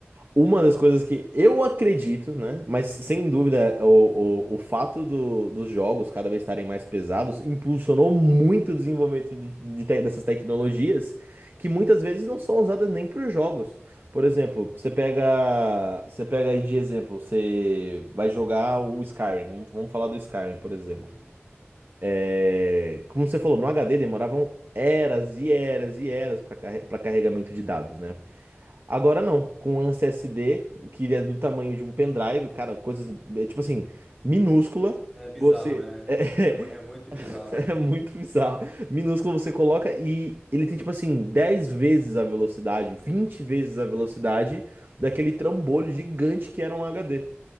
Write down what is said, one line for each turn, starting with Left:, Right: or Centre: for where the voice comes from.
Right: uma das coisas que eu acredito, né? Mas sem dúvida,
Centre: Uhum,
Right: o, o, o fato do- dos jogos cada vez estarem mais pesados impulsionou muito o desenvolvimento de- de te- dessas tecnologias que muitas vezes não são usadas nem para os jogos. Por exemplo, você pega, você pega aí de exemplo, você vai jogar o Skyrim, vamos vamos falar do Skyrim, por exemplo.
Centre: uhum.
Right: É, como você falou, no HD demoravam eras e eras e eras para carregamento de dados, né? Agora não, com um SSD, que é do tamanho de um pendrive, cara, coisas, é, tipo assim, minúscula,
Centre: É bizarro,
Right: você.
Centre: né?
Right: <laughs>
Centre: É, mu- é muito bizarro mesmo.
Right: É, é muito bizarro. Minúscula você coloca e ele tem, tipo assim, 10 vezes a velocidade, 20 vezes a velocidade daquele trambolho gigante que era um HD.